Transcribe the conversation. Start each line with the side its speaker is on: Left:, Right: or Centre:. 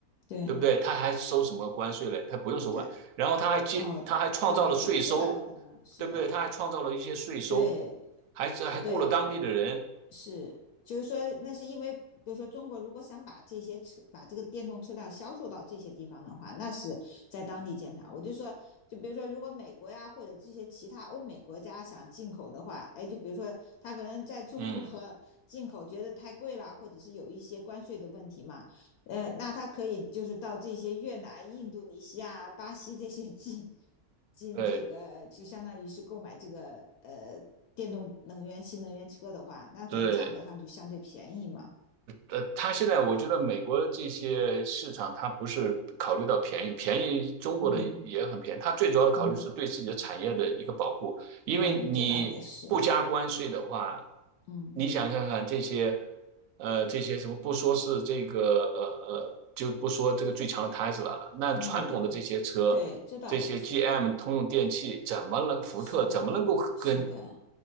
Left: 对，
Right: 对不对？他还收什么关税嘞？他不用收关，
Left: 它
Right: 然后他还接，
Left: 哦，
Right: 他还创造了税收，
Left: 对对对，这倒有可能，是的，
Right: 对不对？他还创造了一些税收，
Left: 对
Right: 还还雇了当地的人，
Left: 对，是，就是说，那是因为，比如说，中国如果想把这些车，把这个电动车辆销售到这些地方的话，那是在当地建厂。我就说，就比如说，如果美国呀或者这些其他欧美国家想进口的话，哎，就比如说他可能在中国
Right: 嗯，
Left: <laughs> 进口觉得太贵了，或者是有一些关税的问题嘛，呃，那他可以就是到这些越南、印度尼西亚、巴西这些 <laughs> 进进这个，
Right: 对
Left: 就相当于是购买这个呃电动能源、新能源车的话，那可能价格上就相对便宜嘛。
Right: 对。呃，他现在我觉得美国这些市场，它不是考虑到便宜，便宜中国的也很便宜，
Left: 嗯
Right: 它最主要的考虑是对自己的产业的一个保护，
Left: 嗯
Right: 因为你不加关税的话，
Left: 嗯，这倒也是。嗯
Right: 你想看看这些，呃，这些什么不说是这个，呃呃，就不说这个最强的 Tesla 了，那传统的这些车，
Left: 嗯，对，这倒也是。
Right: 这些 GM、通用电器怎么能，福特怎么能够跟
Left: 是的，是的，